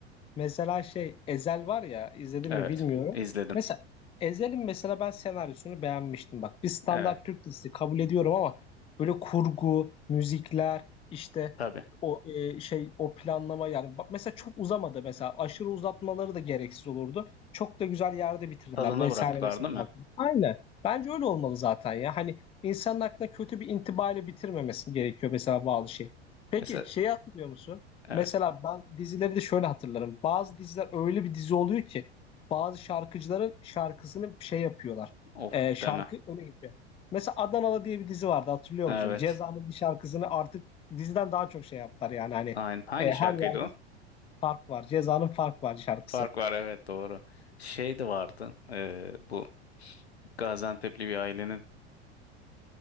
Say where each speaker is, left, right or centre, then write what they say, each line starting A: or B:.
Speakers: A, on the left (about 15°); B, on the left (about 70°).
A: Mesela şey Ezel var ya izledim
B: Evet,
A: mi bilmiyorum.
B: izledim.
A: Mesela Ezel'in mesela ben senaryosunu beğenmiştim. Bak bir standart
B: Evet,
A: Türk dizisi kabul ediyorum ama böyle kurgu, müzikler, işte
B: tabii.
A: o e, şey o planlama yani bak mesela çok uzamadı mesela aşırı uzatmaları da gereksiz olurdu. Çok da güzel yerde bitirdiler
B: Tadına
A: vesaire
B: bıraktılar
A: mesela
B: değil mi?
A: bak. Aynen. Bence öyle olmalı zaten ya. Hani insanın aklına kötü bir intibayla bitirmemesi gerekiyor mesela bazı şey. Peki
B: Mesela
A: şeyi hatırlıyor musun?
B: evet.
A: Mesela ben dizileri de şöyle hatırlarım. Bazı diziler öyle bir dizi oluyor ki bazı şarkıcıların şarkısını şey yapıyorlar.
B: Of
A: Ee, şarkı
B: deme.
A: öne geçiyor. Mesela Adanalı diye bir dizi vardı hatırlıyor
B: Evet.
A: musun? Ceza'nın bir şarkısını artık diziden daha çok şey yaptılar yani hani
B: Aynen. Hangi
A: e,
B: şarkıydı
A: her yerde
B: o?
A: fark var. Ceza'nın fark var şarkısı.
B: Fark var evet doğru. Şey de vardı. e, bu Gaziantep'li bir ailenin